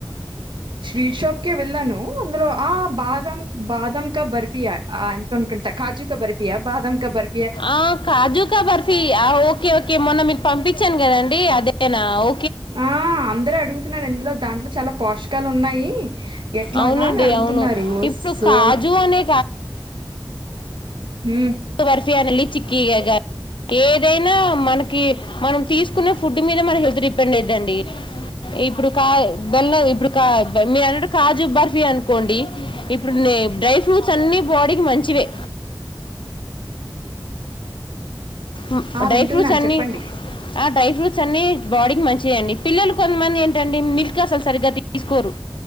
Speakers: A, on the right; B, on the left.
A: స్వీట్ షాప్ కేళ్ళాను అందులో ఆ బాదం బాదం క బర్ఫీ అనుకునుకుంటా క ూ బర్పుయా బాదం క బర్
B: ఆ కాజుకా బర్ఫీ ఓకే ఓకే మొన్న మీకు పంపించాను కదండి అదేనా ఓ
A: ఆ అందరడుగుతున్నారు అందులో దాంట్లో చాలా పోషకాలు ఉన్నాయి ఎట్లాగా
B: అవునండి
A: అని అడుగుతున్నారు
B: అవును ఇప్పుడు
A: సో
B: కాజు అనే
A: మ్మ్,
B: బర్ఫియానలి చిక్కీ ఇగ ఏదైనా మనకి మనం తీసుకున్న ఫుడ్ మీద మన హెల్త్ డిపెండ్ అవుందండి ఇప్పుడు కాల్ల ఇప్పుడు మీరు అన్న కాజు బర్ఫీ అనుకోండి ఇప్పుడు న్ డ్రై ఫ్రూట్స్ అన్నిీ బాడీకి మంచివే
A: <inaudible>
B: మ్
A: ఆ
B: డ్రై
A: వింటున్నాను
B: ఫ్రూట్స్ అన్ని
A: చెప్పండి
B: ఆ డ్రై ఫ్రూట్ అ బాడీకి మంచి అండి పిల్లలు కొంతమంది ఏంటండి మిల్క్ అసలు సరిగ్గా తీసుకోరు